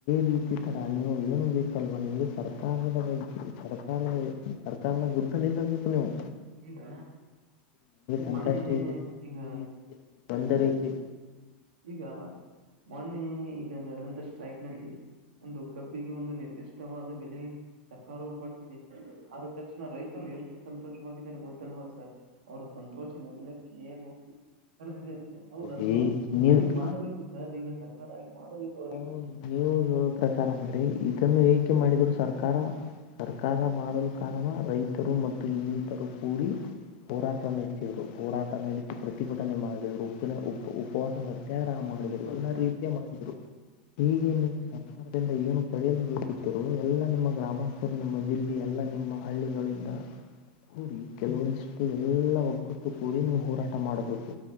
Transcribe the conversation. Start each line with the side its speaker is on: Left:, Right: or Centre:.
Left: ರೀತಿ ತರ ನೀವು ಏನು ಬೇಕಲ್ವಾ ನಿಮ್ಗೆ ಸರ್ಕಾರದ ಬಗ್ಗೆ ಸರ್ಕಾರದ ತಮೇಲೆ ಗುದ್ಧನಿಂದಿ ಕುನವು
Right: ಈಗ
Left: ಸಂಕಷ್ಟ
Right: ಮೆ
Left: ಇದೆ ನಮಗೆ
Right: ಈಗ
Left: ಇದು ರೀತಿ ಇದೆ ನಮಗೆ ತೊಂದರೆ ಇದೆ
Right: ಈಗ ಮೊನೆ ಈಗ ನಡೆದಂತ ಸ್ಟ್ರೈಕ್ ನಲ್ಲಿ ಒಂದು ಕಬ್ಬಿಗೆ ಒಂದು ನಿರ್ದಿಷ್ಟವಾದ ಬೆಲೆ ಸರ್ಕಾರವುೂ ಕೊಡ್ತಿದೆ ಆದ ತಕ್ಷಣ ರೈತರು ಎಷ್ಟು ಸಂತೋಷ ಗೊತ್ತಲ್ವಾ ಸ ಅವರ ಸಂತೋಷ ಮುಗಲಕ್ಕೆ ಹೋಗಿ ಕರೆದಿದೆ ಹೌದಲ್ವಾ
Left: ಹೇ ನೀವು
Right: ಹಾಗೆ ಮಾಡಬೇಕು ಸರ್ ಈಗ ಸರ್ಕಾರ ಹಾಗಿ ಮಾಡಬೇಕು ಅವರಿಗೆ
Left: ನಾವು ನೀವು ಪ್ರಕಾರ ಅಂದ್ರೆ ಇದನ್ನು ಏಕೆ ಮಾಡಿದಿದರು ಸರ್ಕಾರ ಸರ್ಕಾರ ಮಾಡಲು ಕಾರಣ ರೈತರು ಮತ್ತು ಇನ್ನಿತರು ಕೂಡಿ ಹೋರಾಟ ನಡೆ ರು ಹೋರಾಟ ನಡೆಸಿ ಪ್ರತಿಭಟನೆ ಮಾಡಿದವರು ಉಪ್ಪಿನ ಉ ಉಪವಾಸ ಸತ್ಯಾಗ್ರಹ ಮಾಡಿದರು
Right: ಹೌದು
Left: ಎಲ್ಲ
Right: ಸರ್
Left: ರೀತಿ ೆ ಮಾಡಿದ್ರು ಹೀಗೆ ನೀವು ಸರ್ಕಾರದಿಂದ ಏನು ಪಡೆಯಲು ವಿಸುತ್ತಿರೋ ಎಲ್ಲಾ ನಿಮ್ಮ ಗ್ರಾಮಸ್ಥರು ನಿಮ್ಮ ಜಿಲ್ಲೆ ಎಲ್ಲ ನಿಮ್ಮ ಹಳ್ಳಿಗಳಿಂದ ಕೂಡಿ ಕೆಲವೊಂದಿಷ್ಟು ಎಲ್ಲ ಒಗ್ಗಟ್ಟು ಕೂಡಿ ನೀವು ಹೋರಾಟ ಮಾಡಬೇಕು